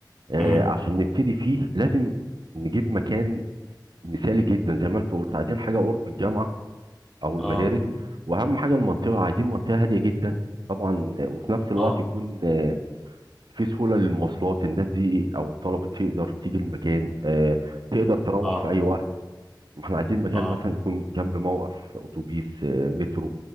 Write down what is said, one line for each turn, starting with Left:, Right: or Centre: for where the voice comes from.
Right: آه،
Centre: امم
Right: عشان نبتدي فيه لازم نجيب مكان مثالي جدا زي ما انت قلت عايزين حاجة قرب الجامعة او
Centre: اه
Right: المدارس واهم حاجه المنطقه عايزين منطقه هاديه جدا طبعا وفي نفس الوقت
Centre: اه
Right: يكون آه، في سهوله للمواصلات الناس دي او الطلبه دي تقدر تيجي المكان آه، تقدر تروح
Centre: اه
Right: في اي وقت ما احنا عايزين مكان
Centre: اه
Right: مثلا يكون جنب موقف اتوبيس آه، مترو